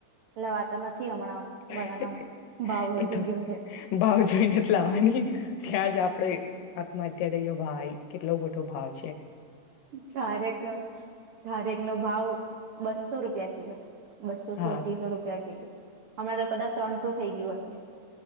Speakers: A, on the right; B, on the left.
A: લવાતા નથી. હમણાં બધાનો
B: હ
A: ભાવ વધી
B: એ તો
A: ગયો છે.
B: ભાવ જોઈને જ લાવવાની ત્યાં જ આપરે આત્મહત્યાયારે ભાઈ. કેટલો મોટો ભાવ છે
A: કારેકનો કારેકનો ભાવ. બસ્સો રૂપિયા કિલો. બસો
B: હા
A: થી અઢીસો રૂપિયા કિલો. હમણાં તો કદાચ ત્રણસો થઈ ગયું હશે.